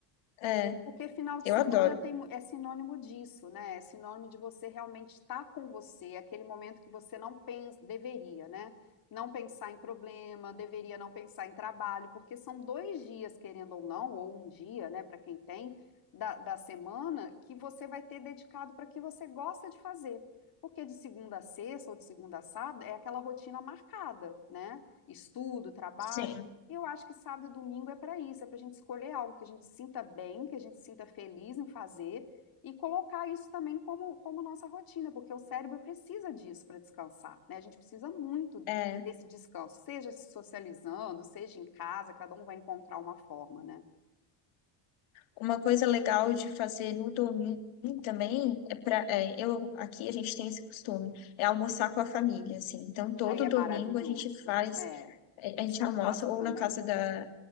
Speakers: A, on the left (about 80°); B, on the left (about 45°).
A: É,
B: Porque final de
A: eu
B: semana
A: adoro.
B: tem, mu- é sinônimo disso, né? É sinônimo de você realmente estar com você, é aquele momento que você não pensa, deveria, né? Não pensar em problema, deveria não pensar em trabalho, porque são dois dias, querendo ou não, ou um dia, né, para quem tem, da, da semana, que você vai ter dedicado para o que você gosta de fazer. Porque de segunda a sexta ou de segunda a sábado é aquela rotina marcada, né? Estudo, trabalho.
A: Sim.
B: E eu acho que sábado e domingo é para isso, é para a gente escolher algo que a gente sinta bem, que a gente sinta feliz em fazer e colocar isso também como, como nossa rotina, porque o cérebro precisa disso para descansar, né? A gente precisa muito
A: É.
B: desse descanso, seja se socializando, seja em casa, cada um vai encontrar uma forma, né?
A: Uma coisa legal de fazer no domingo também é para eu aqui a gente tem esse costume, é almoçar com a família, assim. Então todo
B: Aí é
A: domingo
B: maravilhoso.
A: a gente faz,
B: É,
A: eh,
B: isso
A: a gente
B: eu
A: almoça
B: faço
A: ou
B: também.
A: na casa da